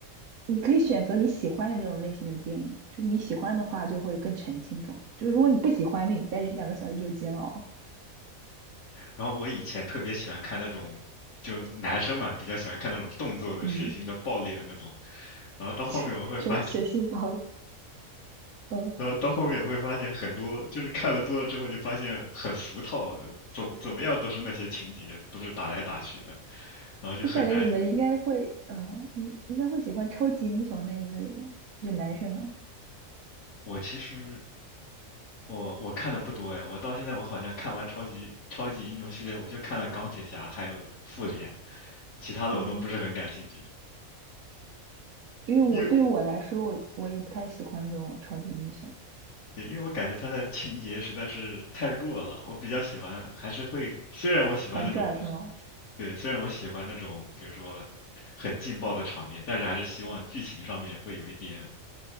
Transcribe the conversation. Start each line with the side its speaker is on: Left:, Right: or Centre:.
Right: 你可以选择你喜欢的那种类型的电影，就你喜欢的话就会更沉浸中，就如果你不喜欢，那你待两个小时就煎熬。
Left: 然后我以前特别喜欢看那种，就男生嘛，比较喜欢看那种动作的、
Right: 嗯，
Left: 血腥的、暴力的那种。然后到后面我会发现，
Right: <laughs> 说血腥包？嗯，
Left: 然后到后面我会发现很多，就是看的多了之后就发现很俗套，怎么怎么样都是那些情节，都是打来打去的，然后就很难。
Right: 我感觉你们应该会，呃，你应该会喜欢超级英雄那一类的，就男生啊，
Left: 我其实我我看的不多哎，我到现在我好像看完超级超级英雄系列，我就看了钢铁侠还有复联，其他的我都不是很感兴趣，
Right: 嗯，因为我对于我来说，
Left: 因为。
Right: 我我也不太喜欢这种超级英雄
Left: 对，因为我感觉它的情节实在是太弱了，我比较喜欢，还是会，虽然我喜欢那种，
Right: 反转是吗？
Left: 对，虽然我喜欢那种，比如说很劲爆的场面，但是还是希望剧情上面会有一点，